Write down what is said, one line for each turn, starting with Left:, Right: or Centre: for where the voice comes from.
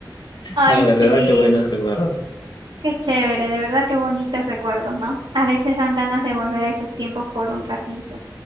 Right: Ay,
Left: No, de verdad
Right: sí,
Left: que buenos recuerdos.
Right: qué chévere, de verdad qué bonitos recuerdos, ¿no? A veces dan ganas de volver a esos tiempos por un ratito.